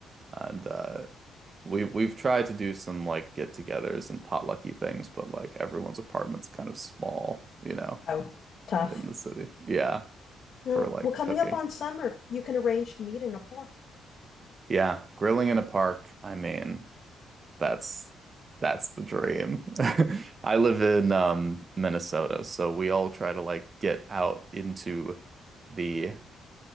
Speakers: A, on the right (about 40°); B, on the left (about 55°).
A: And uh we we've tried to do some like get-togethers and potlucky things, but like everyone's apartment's kind of small, you know,
B: Oh, tough.
A: in the city. Yeah,
B: No,
A: for like
B: we're coming
A: cooking.
B: up on summer. You can arrange to meet in a park.
A: Yeah, grilling in a park, I mean That's that's the dream. <laughs> I live in um Minnesota, so we all try to like get out into the